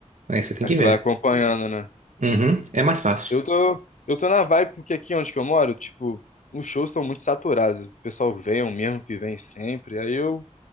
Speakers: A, on the right (about 80°); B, on the left (about 85°).
A: Aí você tem
B: Aí
A: que
B: você
A: ver.
B: vai acompanhando, né?
A: Uhum, é mais fácil.
B: Eu tô, eu tô na vibe porque aqui onde que eu moro, tipo, os shows estão muito saturados. O pessoal vem, é o mesmo que vem sempre. Aí eu,